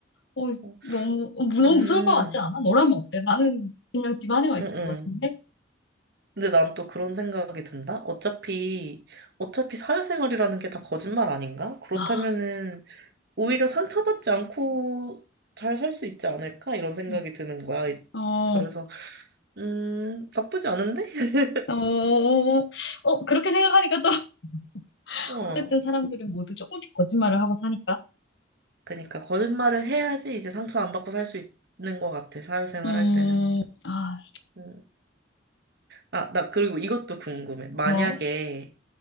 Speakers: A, on the left; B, on the right.
A: 어,
B: 어.
A: 너무, 어, 너무
B: 음,
A: 무서울 것 같지 않아? 너라면 어때? 나는 그냥 집 안에만
B: 응,
A: 있을
B: 응.
A: 것 같은데?
B: 근데 난 또 그런 생각이 든다? 어차피, 어차피 사회생활이라는 게 다 거짓말 아닌가? 그렇다면은,
A: 아,
B: 오히려 상처받지 않고 잘 살 수 있지 않을까? 이런 생각이
A: 응.
B: 드는 거야.
A: 어,
B: 그래서, 음, 나쁘지 않은데? <laughs>
A: 어, 어, 어, 어, 그렇게 생각하니까 또, <laughs>
B: 어.
A: 어쨌든 사람들은 모두 조금씩 거짓말을 하고 사니까.
B: 그러니까, 거짓말을 해야지 이제 상처 안 받고 살 수 있는 것 같아. 사회생활
A: 음,
B: 할 때는.
A: 아,
B: 음. 아, 나 그리고 이것도 궁금해. 만약에,
A: 어,